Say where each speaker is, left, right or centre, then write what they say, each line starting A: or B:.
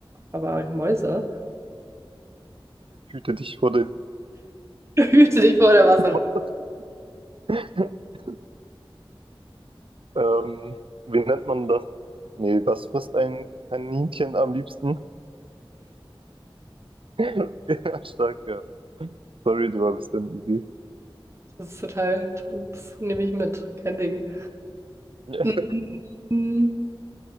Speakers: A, on the right; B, on the right.
A: aber Mäuse.
B: hüte dich vor den.
A: <laughs> Hüte dich vor der Wasserspitzmaus.
B: <laughs> <laughs> Ähm, wie nennt man das? Nee, was frisst ein Kaninchen am liebsten? <laughs> Ja, stark, ja. Sorry, die war ein bisschen easy.
A: Das ist total, das nehme ich mit, kein Ding.
B: <laughs>
A: Mhm.
B: Ja.